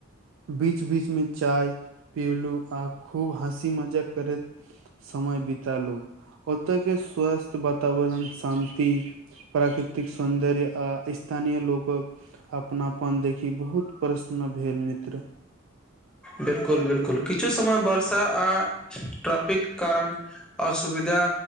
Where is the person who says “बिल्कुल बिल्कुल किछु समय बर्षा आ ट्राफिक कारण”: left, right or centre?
Centre